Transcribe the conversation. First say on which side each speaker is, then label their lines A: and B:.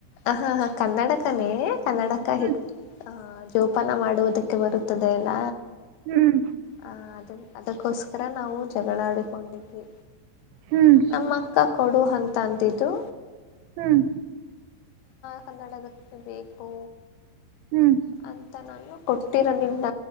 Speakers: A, on the left; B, on the right.
A: ಹ ಹಾ ಹಾ ಕನ್ನಡಕನೇ. ಕನ್ನಡಕ್ಕ
B: ಹ್ಮ್
A: ಹಿ. ಹ ಜೋಪಾನ ಮಾಡುವುದಕ್ಕೆ ಬರುತ್ತದೆ ಅಲ್ಲ.
B: ಹ್ಮ್
A: ಹಾ ಅದ. ಅದಕ್ಕೋಸ್ಕರ ನಾವು ಜಗಳ ಆಡು ಕೊಂದಿವೆ.
B: ಹ್ಮ್
A: ನಮ್ಮ ಅಕ್ಕ ಕೊಡು ಹಂಗ. ತಂತಿದ್ದು.
B: ಹ್ಮ್.
A: ಕನ್ನಡದಕ್ಕೆ ಬೇಕು.
B: ಹ್ಮ್
A: ಅ. ನಾನು ಕೊಟ್ಟಿರಲಿಲ್ಲ.